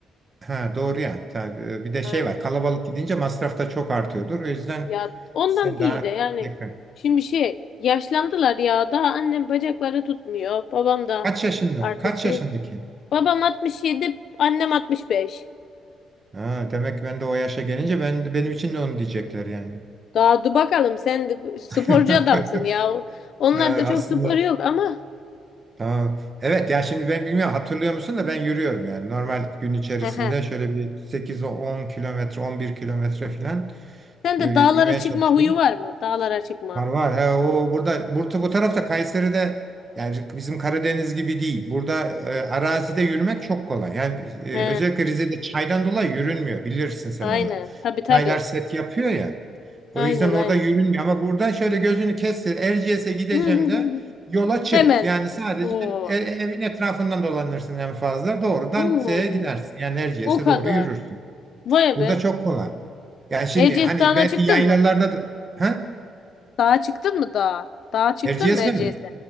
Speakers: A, on the right; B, on the left.
A: Ha doğru ya. Tabii, Bir de şey
B: Aynen.
A: var. Kalabalık gidince masraf da çok artıyordur. O yüzden
B: Ya ondan
A: sen
B: değil
A: daha
B: de yani
A: tekrar.
B: şimdi şey yaşlandılar ya daha annem bacakları tutmuyor. Babam da
A: Kaç yaşında?
B: artık
A: Kaç
B: şey.
A: yaşındaki?
B: Babam altmış yedi annem altmış beş
A: Ha, demek ki ben de o yaşa gelince ben benim için de onu diyecekler yani.
B: Daha dur bakalım sen de sporcu
A: <laughs>
B: adamsın ya. Onlarda
A: Ee, aslında
B: çok spor yok ama.
A: tamam. Evet ya şimdi ben bilmiyorum hatırlıyor musun da ben yürüyorum yani. Normal gün içerisinde
B: Hehe.
A: şöyle bir 8 on kilometre 11 kilometre falan
B: Sen
A: e,
B: de
A: yürümeye
B: dağlara çıkma
A: çalışıyorum.
B: huyu var mı? Dağlara çıkma.
A: Var var. He, o burada burada bu tarafta Kayseri'de yani bizim Karadeniz gibi değil. Burada e, arazide yürümek çok kolay. Yani e,
B: He.
A: özellikle Rize'de çaydan dolayı yürünmüyor. Bilirsin sen
B: Aynen.
A: onu.
B: Tabii tabii.
A: Çaylar set yapıyor ya.
B: Aynen
A: O yüzden orada
B: aynen.
A: yürünmüyor ama burada şöyle gözünü kestir. Erciyes'e gideceğim
B: <laughs>
A: de yola çık.
B: Hemen.
A: Yani sadece
B: Oo.
A: e- evin etrafından dolanırsın en fazla. Doğrudan
B: Allah
A: şeye
B: Allah.
A: gidersin. Yani Erciyes'e
B: O kadar.
A: doğru yürürsün.
B: Vay
A: Burada
B: be.
A: çok kolay. Yani şimdi
B: Erciyes
A: hani
B: Dağı'na
A: belki
B: çıktın
A: yaylalarda
B: mı?
A: da... Ha?
B: Dağa çıktın mı dağa? Dağa çıktın
A: Erciyes'e
B: mı Erciyes'e?
A: mi?